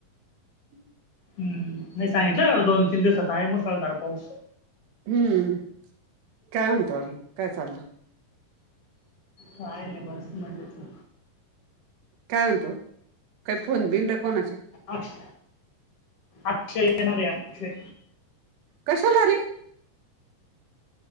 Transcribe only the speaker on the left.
हम्म नाही सांगितलं एवढं दोन तीन दिवसात आहे मुसळधार पाऊस
काय नाय बस मजेत.
अक्ष अक्षय येणारे अक्षय